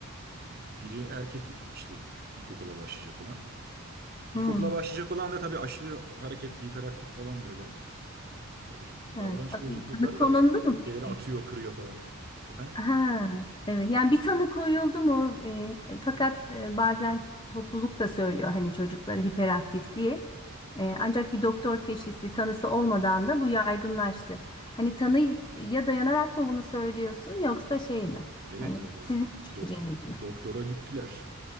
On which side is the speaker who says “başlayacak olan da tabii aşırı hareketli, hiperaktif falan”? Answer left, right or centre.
Right